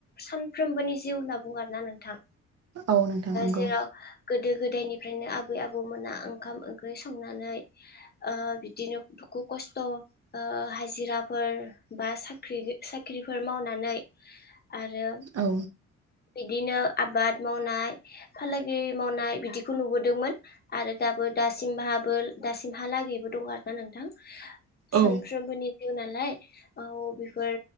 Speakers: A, on the left; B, on the right.
A: सानफ्रोमबोनि जिउ होनना बुङो आरोना नोंथां
B: औ नोंथां नंगौ
A: जेराव गोदो गोद दायनि फ्रायनो आबै आबौमोना ओंखाम ओंख्रि संनानै ओ बिदिनो दुखु खस्थ'ओ हाजिराफोर बा साख्रि साख्रिफोर मावनानै आरो
B: औ
A: बिदिनो आबाद मावनाय फालांगि मावनाय बिदि बेखौ नुबोदोंमोन आरो दाबो दासिमाबो दासिमहालागैबो दं आरो ना नोंथां
B: औ
A: सानफ्रोमबोनि नालाय औ बेफोर